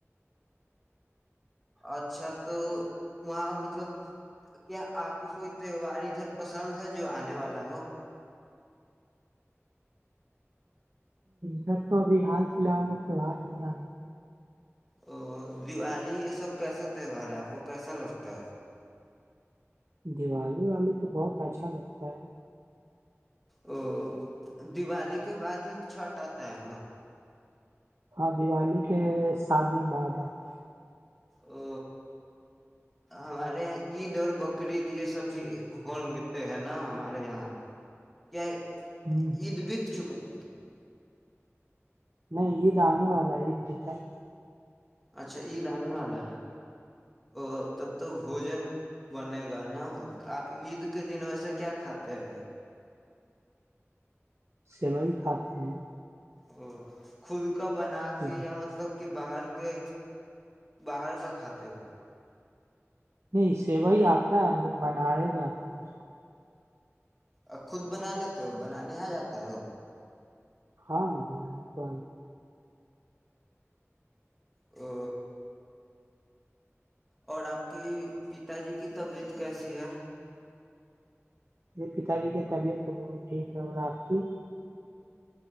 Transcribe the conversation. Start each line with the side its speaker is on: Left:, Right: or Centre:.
Centre: اچھا تو وہاں مطلب کیا آپ کو کوئی تہوار ادھر پسند ہے جو آنے والا ہو
Right: س تو ابھی حال فی الحال تہوہار ج ہے
Centre: او دیوالی یہ سب کیسا تہوار ہے آپ کو کیسا لگتا ہے
Right: دیوالی والے تو بہت اچھا لگتا ہے
Centre: او دیوالی کے بعد ہی چھٹ آتا ہے نا
Right: ہاں دیوالی کے ساتن بعد آتا ہے
Centre: او ہمارے یہاں عید اور بقرید یہ سب بھی ہگتے ہیں نا ہمارے یہاں کیا
Right: نہیں
Centre: عید بیت چکا ہے
Right: نہیں عید آنے والا ہے عید بتر
Centre: اچھا عید آنے والا ا تب تو بوجن بنے گا نا آپ عید کے دن ویسے کیا کھاتے ہیں
Right: سوئی کھاتے ہیں
Centre: او خود کا بنا
Right: ہیں
Centre: کے یا مطلب کہ باہر کے باہر کا کھاتے ہو
Right: نہیں سیو ہی آتا ہے ہم لوگ بنایا جاتا ہے کو
Centre: ا خود بنا لیتے ہو بنانے آ جاتا ہو
Right: ہاں بنے کو
Centre: او اور آپ کی پتا جی کی طبیعت کیسی ہے
Right: میرے پتا جی کی طبیعت تو بہت ٹھیک ہے اور آپ کی